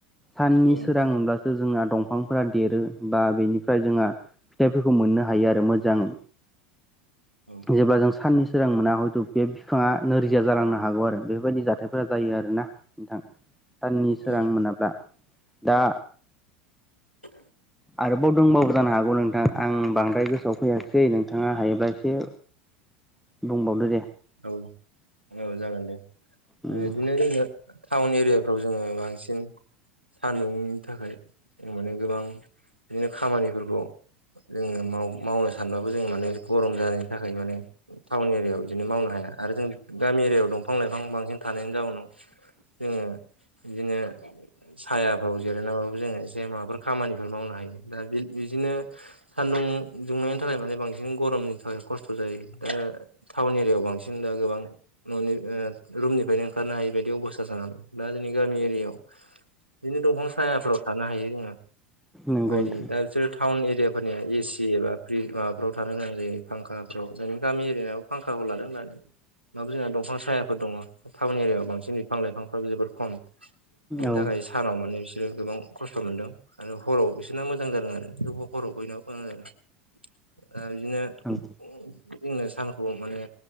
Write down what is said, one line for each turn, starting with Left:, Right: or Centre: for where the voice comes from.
Centre: साननि
Right: औ नोंथां
Centre: सोरां मोनब्लासो जोंना दंफांफोरा देरो बा बेनिफ्राय जोंहा फिथाइफोरखौ मोननो हायो आरो मोजाङै
Right: औ
Centre: जेब्ला जों साननि सोरां मोना हयथ' बे बिफाङा नोरजिया जालांनो हागौ आरो बेफोरबायदि जाथायफोरा जायो आरोना नोंथां साननि सोरां
Right: औ
Centre: मोनाब्ला दा
Right: द
Centre: आरोबाव दंबो जानो हागौ नोंथां आं बांद्राय गोसोआव फैयिसै नोंथाङा हायोब्ला एसे बुंबावदो दे
Right: औ औ जागोन दे
Centre: उम
Right: बिदिनो जो टाउन एरियाफ्राव जोङो बांसिन सान्दुंनि थाखाय जों माने गोबां बिदिनो खामानिफोरखौ जोङो मावनो सानबाबो जों माने गरम जानायनि थाखाय माने टाउन एरियायाव बिदिनो मावनो हाया आरो जों गामि एरियायाव दंफां लाइफां बांसिन थानायनि जाउनाव जोङो बिदिनो सायाफ्राव जिरायनानैाबाबो जोङो एसे माबाफोर खामानिफोर मावनो हायो दा बिदिनो सान्दुं दुंनायनि थाखाय माने बांसिन गरमनि थाखाय खस्थ' जायो दा टाउन एरियायाव बांसिन दा गोबां न'नि रुमनिफ्रायनो ओंखारनो हायि बायदि अबस्था जानो दं दा जोंनि गामि एरियायाव बिदिनो दंफां सायाफोराव थानो हायो जोङो
Centre: नंगौ नोंथां
Right: दि दा बिसोरो टाउन एरियाफोर जनिया एसि एबा फ्रि माबाफ्राव थानो गोनां जायो फांखाफ्राव जों गामि एरियाव फांखाखौ लादों होननानै माबोर जोंना दंफां सायाफोर दङ टाउन एरियायाव बांसिन बिफां लाइफांफ्राबो जोबद खम बेनि
Centre: औ
Right: थाखाय सानाव माने बिसोरो गोबां खस्थ' मोनदों आरो हराव बिसोरना मोजां जादों आरो हराव गन मोजां जादों आरो बिदिनो जोंनो
Centre: नंगौ
Right: सानखौ माने